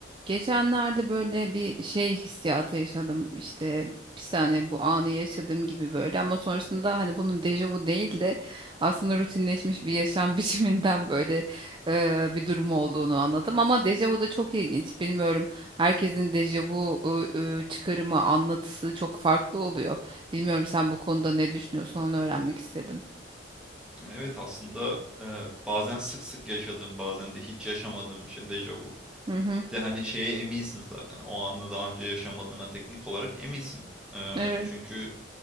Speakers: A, on the right; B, in the centre.
A: Geçenlerde böyle bir şey hissiyatı yaşadım işte bir saniye bu anı yaşadığım gibi böyle ama sonrasında hani bunun dejavu değil de aslında rutinleşmiş bir yaşam <laughs> biçiminden böyle e, bir durum olduğunu anladım ama dejavu da çok ilginç bilmiyorum herkesin dejavu e, e, çıkarımı anlatısı çok farklı oluyor bilmiyorum sen bu konuda ne düşünüyorsun onu öğrenmek istedim.
B: Evet aslında e, bazen sık sık yaşadığım bazen de hiç yaşamadığım bir şey dejavu.
A: Hı hı.
B: Bir de hani şeye eminsin zaten o anı daha önce yaşamadığına teknik olarak eminsin. E,
A: Evet.
B: çünkü